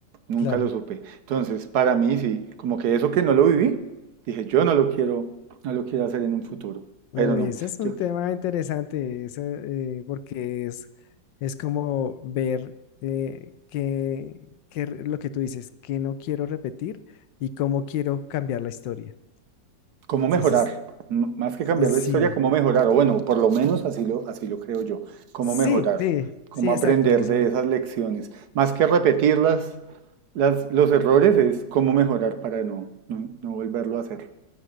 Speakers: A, on the right; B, on the left.
A: Nunca
B: Claro.
A: lo supe. Entonces, para mí sí, como que eso que no lo viví, dije, yo no lo quiero, no lo quiero hacer en un futuro,
B: Uy,
A: pero no.
B: ese es
A: Yo,
B: un tema interesante, ese, eh, porque es, es como ver eh, qué, qué r- lo que tú dices, que no quiero repetir y cómo quiero cambiar la historia.
A: ¿cómo
B: Sí,
A: mejorar?
B: eso es-
A: M- Más que cambiar
B: es-
A: la
B: sí,
A: historia, ¿cómo mejorar? O bueno, por lo menos así lo, así lo creo yo. ¿Cómo
B: sí,
A: mejorar?
B: sí,
A: ¿Cómo
B: sí,
A: aprender
B: exacto, eso.
A: de esas lecciones? Más que repetir las, las, los errores es cómo mejorar para no, no, no volverlo a hacer.